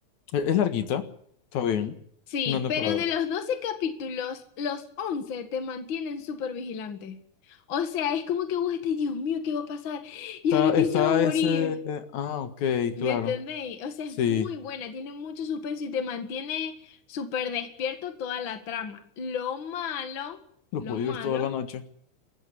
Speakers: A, on the left (about 75°); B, on the left (about 45°).
A: E- Es, larguita. Está bien.
B: Sí,
A: Una temporada.
B: pero de los 12 capítulos, los 11 te mantienen súper vigilante. O sea, es como que vos estás, Dios mío, ¿qué va a pasar? ¿Y
A: Está,
B: ahora quién
A: está
B: se va a morir?
A: ese. Ah, ok,
B: ¿Me
A: claro.
B: entendéis? O sea,
A: Sí.
B: es muy buena, tiene mucho suspenso y te mantiene súper despierto toda la trama. Lo malo,
A: Lo
B: lo
A: puedo
B: malo.
A: ver toda la noche.